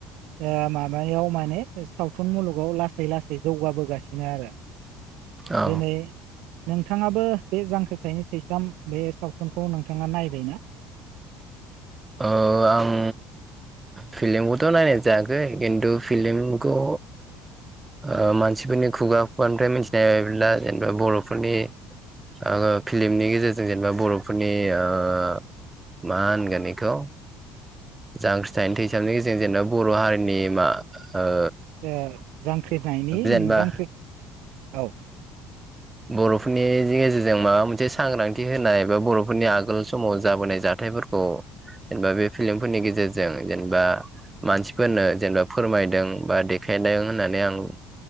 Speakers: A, on the right (about 60°); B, on the right (about 15°).
A: ओ माब बायाव माने सावथुन मुलुगाव लासै लासै जौगाबोगासिनो आरो।
B: औ
A: दोनै नोंथाङाबो बे जांख्रिथायनि थैसाम बे सावथुनखौ नोंथाङा नायबायना?
B: ओ आं फिल्मखौथ' नायनाय जायाखै खिन्थु फिलिमखौ ओ मानसिफोरनि खुगा खुगानिफ्राय मिथिनाय बायदिब्ला जेनेबा बर'फोरनि आङो फिल्मनि गेजेरजों जेनेबा बर'फोरनि ओ मा होनगोन खौ जांख्रिथायनो थैसामनि गेजेरजों जेनेबा बर' हारिनि मा ओ
A: ओ जांख्रिथायनि
B: जेनेबा
A: उम जांख्रि औ
B: बर'फोरनि गेजेरजों माबा मोनसे सांग्रांथि होनाय एबा बर'फोरनि आगोल समाव जाबोनाय जाथायफोर खौ जेनेबा बे फिल्मफोरनि गेजेरजों जेनेबा मानसिफोरनो जेनेबा फोरमायदों बा देखायदों होननानै आं